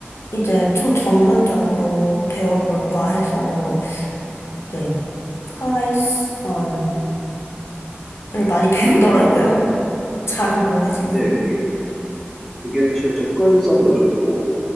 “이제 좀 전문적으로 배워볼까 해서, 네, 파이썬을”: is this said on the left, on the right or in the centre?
Left